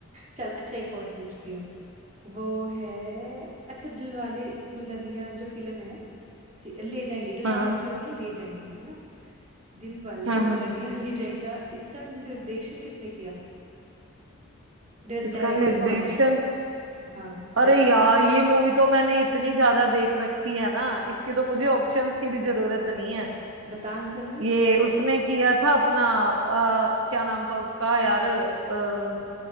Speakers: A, on the right; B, on the right.
A: चल अच्छा एक और पूछती हूँ वो है अच्छा दिलवाले दुल्हनिया जो फिल्म है ठीक ले जाएंगे दिलवाले
B: हाँ
A: दुल्हनिया ले जाएंगे है ना दिलवाले
B: हाँ हाँ
A: दुल्हनिया <laughs> ले जाएगा इसका निर्देशन किसने किया डाय-
B: इसका
A: डायरेक्टर
B: निर्देशन
A: कौन है हाँ
B: अरे
A: डायरेक्टर
B: यार
A: कौन है
B: ये मूवी तो मैंने इतनी ज्यादा देख रखी है ना इसकी तो मुझे ऑप्शंस की भी जरूरत नहीं है
A: बता आंसर फिर
B: ये उसने किया था अपना अ, क्या नाम था उसका यार अ,